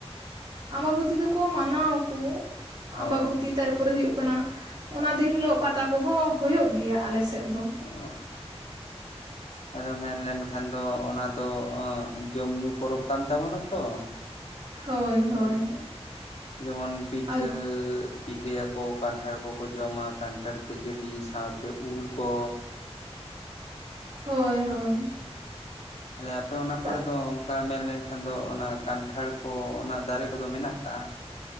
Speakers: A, on the right (about 45°); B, on the left (about 80°).
A: ᱟᱢᱵᱟᱵᱚᱛᱤ ᱫᱚᱠᱚ ᱢᱟᱱᱟᱣᱟᱚ
B: ᱦᱳᱭ
A: ᱟᱢᱵᱟᱵᱚᱛᱤ ᱛᱟᱨᱯᱚᱨᱮ ᱦᱩᱭᱩᱜ ᱠᱟᱱᱟ ᱚᱱᱟ ᱫᱤᱱ ᱦᱤᱞᱳᱜ ᱯᱟᱛᱟ ᱠᱚᱦᱚᱸ ᱦᱩᱭᱩᱜ ᱜᱮᱭᱟ ᱟᱞᱮ ᱥᱮᱫ ᱫᱚ
B: ᱚ ᱟᱫᱚ ᱢᱮᱱᱞᱱᱠᱷᱟᱱ ᱫᱚ ᱚᱱᱟ ᱫᱚ ᱡᱚᱢ ᱧᱩ ᱯᱚᱨᱚᱵᱽ ᱠᱟᱱ ᱛᱟᱵᱚᱱᱟ ᱛᱚ
A: ᱦᱳᱭ ᱦᱳᱭ
B: ᱟᱪᱪᱷᱟ, ᱡᱮᱢᱚᱱ ᱯᱤᱴᱷᱟᱹ
A: ᱟᱨ
B: ᱯᱤᱴᱷᱟᱹᱭᱟᱠᱚ ᱠᱟᱱᱴᱷᱟᱲ ᱠᱚᱠᱚ ᱡᱚᱢᱟ ᱠᱟᱱᱴᱷᱟᱲ ᱠᱷᱟᱹᱡᱟᱹᱲᱤ ᱥᱟᱶᱛᱮ ᱩᱞ ᱠᱚ
A: ᱦᱳᱭ ᱦᱳᱭ
B: <unintelligible> ᱟᱯᱮ ᱚᱱᱟ ᱠᱚᱨᱮ
A: ᱛᱟᱜ
B: ᱫᱚ ᱚᱝᱠᱟ ᱢᱮᱱ ᱞᱮᱱᱠᱷᱟᱱ ᱫᱚ ᱚᱱᱟ ᱠᱟᱱᱴᱷᱟᱲ ᱠᱚ ᱚᱱᱟ ᱫᱟᱨᱮ ᱠᱚᱫᱚ ᱢᱮᱱᱟᱜ ᱟᱠᱟᱟᱜᱼᱟ